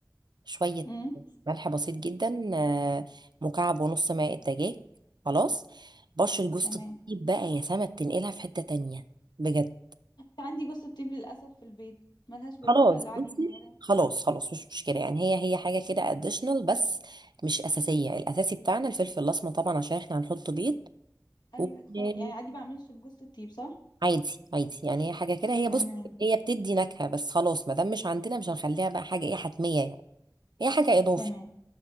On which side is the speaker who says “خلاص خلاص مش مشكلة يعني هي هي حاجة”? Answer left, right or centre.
Right